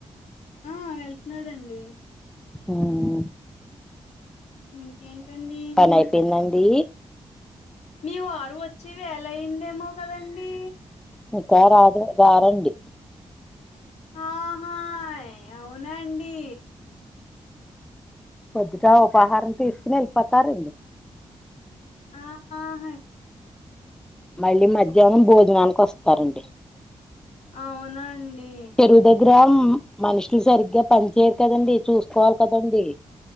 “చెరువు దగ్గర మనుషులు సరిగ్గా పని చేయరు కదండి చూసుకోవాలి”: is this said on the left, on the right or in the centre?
Centre